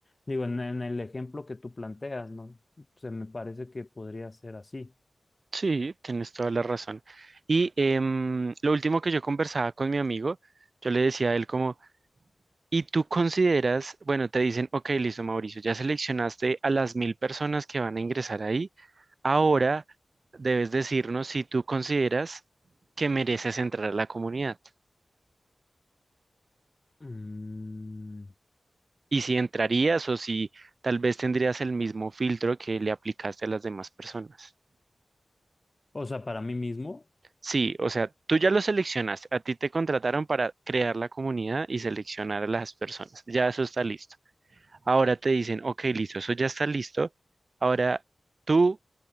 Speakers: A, on the left; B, on the right.
A: digo, en, en el ejemplo que tú planteas, ¿no? Se me parece que podría ser así.
B: Sí, tienes toda la razón. Y em, lo último que yo conversaba con mi amigo, yo le decía a él como, ¿y tú consideras, bueno, te dicen, ok, listo, Mauricio, ya seleccionaste a las mil personas que van a ingresar ahí, ahora debes decirnos si tú consideras que mereces entrar a la comunidad
A: Mm.
B: y si entrarías o si tal vez tendrías el mismo filtro que le aplicaste a las demás personas.
A: O sea, para mí mismo,
B: Sí, o sea, tú ya lo seleccionaste, a ti te contrataron para crear la comunidad y seleccionar a las personas, ya eso está listo. Ahora te dicen, ok, listo, eso ya está listo. Ahora, ¿tú